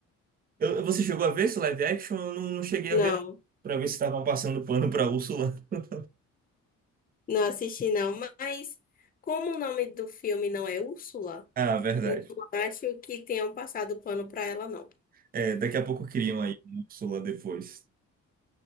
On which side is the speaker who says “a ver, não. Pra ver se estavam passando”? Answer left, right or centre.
Right